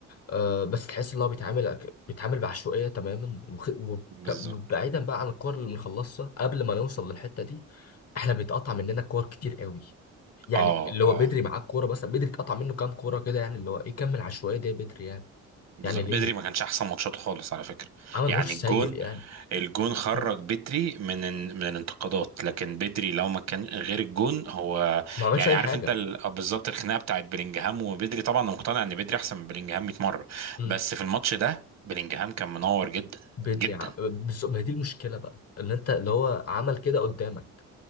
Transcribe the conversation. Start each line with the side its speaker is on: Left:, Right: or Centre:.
Left: آه بس تحس ان هو بيتعامل أك- بيتعامل بعشوائيه تماما وخ... وك...
Right: بالظبط
Left: بعيدا بقى عن الكور اللي بنخلصها قبل ما نوصل للحته دي احنا بيتقطع مننا كور كتير قوي يعني
Right: اه
Left: اللي هو
Right: اه
Left: بدري معاه الكوره بس بدري اتقطع منه كام كوره كده يعني اللي هو ايه كمل عشوائيه دي يا بدري يعني
Right: بالظبط
Left: يعني ليه
Right: بدري ما كانش احسن ماتشاته خالص على فكره
Left: عمل
Right: يعني
Left: ماتش سيء
Right: الجون
Left: يعني
Right: الجون خرج
Left: مم.
Right: بدري من من الانتقادات لكن بدري لو ما كان غير الجون هو
Left: ما عملش
Right: يعني
Left: اي
Right: عارف
Left: حاجه
Right: انت ال- بالظبط الخناقه بتاعت بلينجهام وبدري طبعا انا مقتنع ان بدري احسن من بلينجهام 100 مره
Left: مم.
Right: بس في الماتش ده بلينجهام كان منور جدا
Left: بدري
Right: جدا
Left: ع... بس ما هي دي المشكله بقى ان انت اللي هو عمل كده قدامك